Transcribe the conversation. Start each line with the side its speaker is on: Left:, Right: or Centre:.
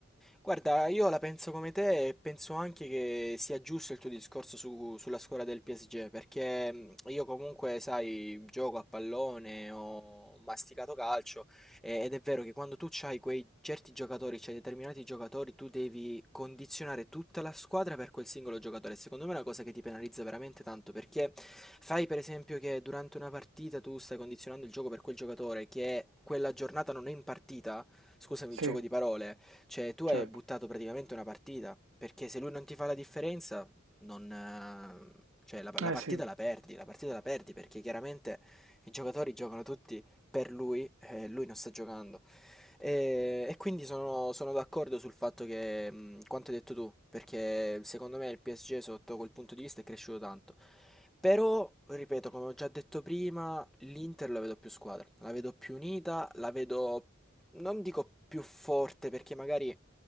Centre: Guarda, io la penso come te e penso anche che sia giusto il tuo discorso su- sulla scuola del PSG, perché mm, io comunque, sai, gioco a pallone, ho masticato calcio e- ed è vero che quando tu hai quei certi giocatori, c'hai determinati giocatori, tu devi condizionare tutta la squadra per quel singolo giocatore. Secondo me è una cosa che ti penalizza veramente tanto, perché fai per esempio che durante una partita tu stai condizionando il gioco per quel giocatore che quella giornata non è in partita, scusami
Right: Sì,
Centre: il gioco di parole. Cioè, tu
Right: certo.
Centre: hai buttato praticamente una partita, perché se lui non ti fa la differenza, non, eh, cioè, la, la
Right: Eh
Centre: partita
Right: sì,
Centre: la perdi, la partita la perdi, perché chiaramente i giocatori giocano tutti per lui e lui non sta giocando. E, e quindi sono, sono d'accordo sul fatto che, mh, quanto hai detto tu, perché secondo me il PSG sotto quel punto di vista è cresciuto tanto. Però, ripeto, come ho già detto prima, l'Inter la vedo più squadra, la vedo più unita, la vedo non dico più forte perché magari